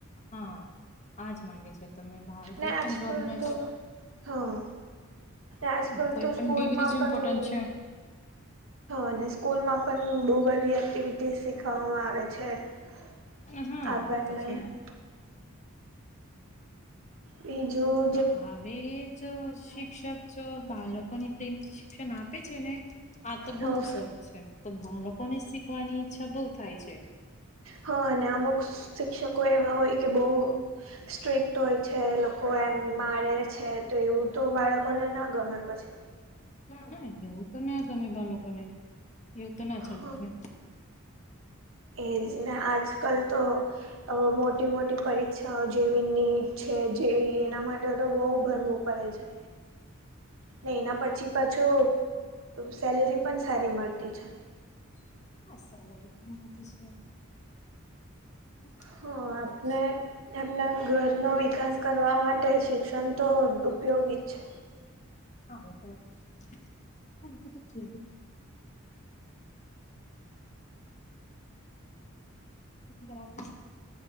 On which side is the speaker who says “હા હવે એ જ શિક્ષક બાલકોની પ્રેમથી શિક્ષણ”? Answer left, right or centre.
Left